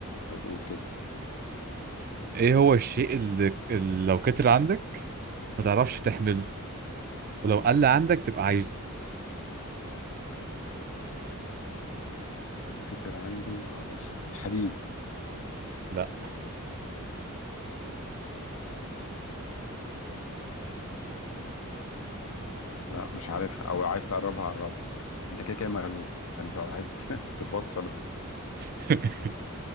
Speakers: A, on the left; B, on the right.
A: طب قول كده
B: ايه هو الشيء اللي, اللي لو كتر عندك ما تعرفش تحمله ولو قل عندك تبقى عايزه
A: لو كتر عندي ما أقدرش أعمل. الحديد
B: لا
A: آه، لا مش عارفها أو عايز تقربها قربها أنت كده كده مغلوب فأنت لو عايز <laughs> تبص خلاص
B: <laughs>